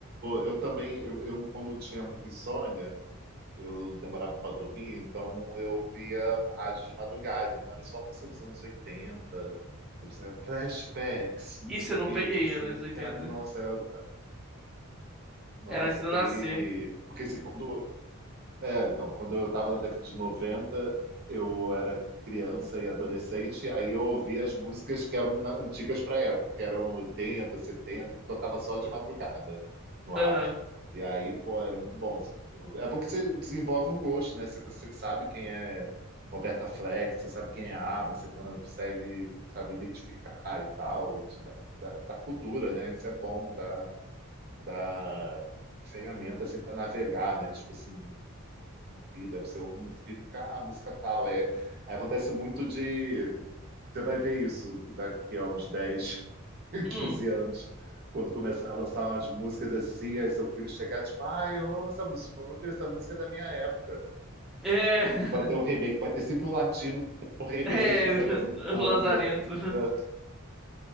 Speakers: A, on the right; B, in the centre.
A: eu também, eu, eu como tinha muita insônia, eu demorava para dormir, então eu via rádio de madrugada, então era só música dos anos oitenta sabe, assim, flashbacks, não
B: Isso
A: sei o
B: eu não
A: quê,
B: peguei
A: tipo assim,
B: anos
A: eu,
B: oitenta
A: cara, nossa, eu- nossa,
B: Era antes de
A: peguei,
B: eu nascer.
A: porque assim, quando é, então, quando eu estava na década de 90, eu era criança e adolescente, e aí eu ouvia as músicas que eram na- antigas para a época, que eram 80, 70, que tocava só de madrugada no rádio.
B: Aham.
A: E aí, pô, era muito bom. assim, tipo, É bom que você desenvolve um gosto, né? Você, você sabe quem é Roberta Fleck, você sabe quem é ABBA, você consegue, sabe, identificar e tal, te dá, dá, dá cultura, né? Isso é bom, dá, dá ferramenta assim para navegar, né? Tipo assim, na vida, você ouve no filme, ah, a música tal. Aí, aí acontece muito de. Você vai ver isso daqui a uns dez <laughs>
B: Hum.
A: quinze anos, quando começar a lançar umas músicas assim, aí seu filho chegar, tipo, ah, eu amo essa música, meu filho, essa música é da minha época.
B: É. <laughs>
A: Que vai ter um remake, vai ter sempre um latino, um remake,
B: É. <laughs>
A: sabe, fazendo um cover.
B: Lazarento.
A: da-